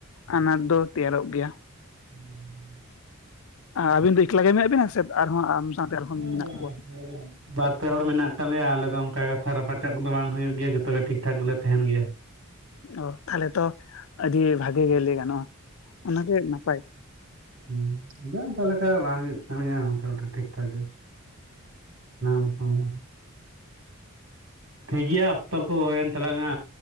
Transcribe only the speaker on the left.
ᱟᱱᱟᱴ ᱫᱚ ᱛᱮᱭᱟᱨᱚᱜ ᱜᱮᱭᱟ᱾
ᱟᱵᱤᱱ ᱫᱚ ᱮᱠᱞᱟ ᱜᱮ ᱢᱮᱱᱟᱜ ᱵᱤᱱᱟ ᱥᱮ ᱟᱨ ᱦᱚᱸ ᱟᱢ ᱥᱟᱶ ᱛᱮ ᱟᱨ ᱦᱚᱸ
ᱢᱮᱱᱟᱜ
ᱠᱚᱣᱟ
ᱚ ᱛᱟᱦᱞᱮ ᱛᱚ ᱟᱹᱰᱤ ᱵᱷᱟᱜᱮ ᱜᱮ ᱞᱟᱹᱭ ᱜᱟᱱᱚᱜᱼᱟ ᱚᱱᱟᱜᱮ ᱱᱟᱯᱟᱭ